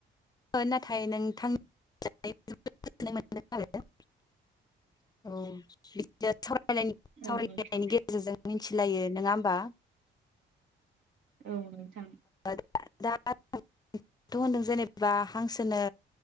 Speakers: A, on the left (about 20°); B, on the right (about 80°).
A: नाथाय नोंथां <unintelligible> <unintelligible> औ बि <unintelligible> सावरायनायनि
B: औ नोंथां
A: गेजेरजों मिथि मिलायो नङा होमबा ।
B: औ नोंथां ।
A: <unintelligible> दाथ होनदों जेनेबा बा हांसोनो